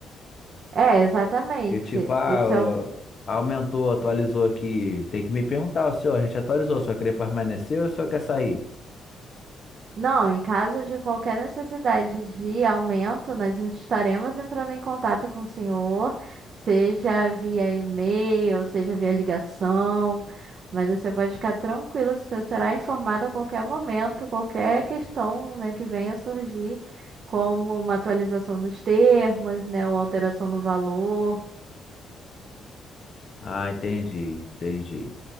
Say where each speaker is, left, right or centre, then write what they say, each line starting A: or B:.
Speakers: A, on the right; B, on the left.
A: É, exatamente.
B: Que tipo, ah,
A: Esse
B: ó,
A: é o...
B: aumentou, atualizou aqui. Tem que me perguntar, ó, senhor, a gente atualizou, o senhor quer permanecer ou o senhor quer sair?
A: Não, em caso de qualquer necessidade de aumento, nós estaremos entrando em contato com o senhor, seja via e-mail, seja via ligação. Mas você pode ficar tranquilo que o senhor será informado a qualquer momento, qualquer questão, né, que venha surgir, como uma atualização dos termos, né, ou alteração no valor.
B: Ah, entendi, entendi.